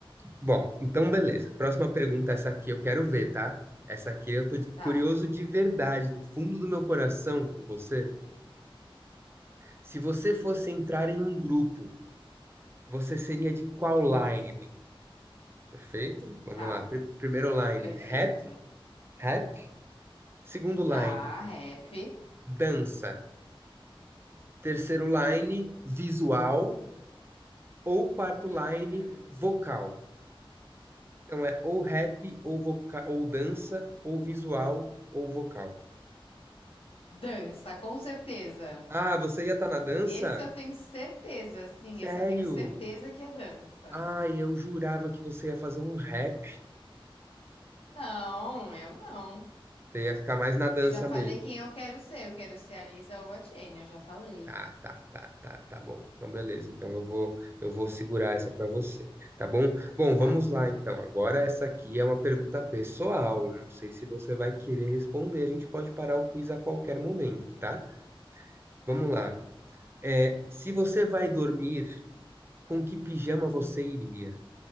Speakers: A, on the right; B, on the left.
A: Bom, então beleza. Próxima pergunta, essa aqui eu quero ver, tá? Essa aqui eu tô de- curioso
B: Tá,
A: de verdade, do fundo do meu coração com você. Se você fosse entrar em um grupo, você seria de qual line? Perfeito? Vamos
B: tá,
A: lá. Pri- primeiro line,
B: perfeito.
A: rap, rap. Segundo line,
B: Tá, rap.
A: dança. Terceiro line, visual. Ou quarto
B: Hum,
A: line, vocal. Então é ou rap, ou voca- ou dança, ou visual, ou vocal.
B: dança, com certeza.
A: Ah, você ia estar na dança?
B: Esse eu tenho certeza, sim,
A: Sério?
B: esse eu tenho certeza que é dança.
A: Ai, eu jurava que você ia fazer um rap.
B: Não, eu não.
A: Você ia ficar mais na dança
B: Eu já falei
A: mesmo.
B: quem eu quero ser. Eu quero ser a Lisa ou a Jenny, eu já falei.
A: Tá, tá, tá, tá, tá bom. Então, beleza. Então, eu vou, eu vou segurar essa pra você, tá bom? Bom, vamos
B: Tá,
A: lá então. Agora essa aqui é uma pergunta pessoal. Eu não sei se você vai querer responder. A gente pode parar o quiz a qualquer momento, tá? Vamos
B: tá bom.
A: lá. É, se você vai dormir, com que pijama você iria,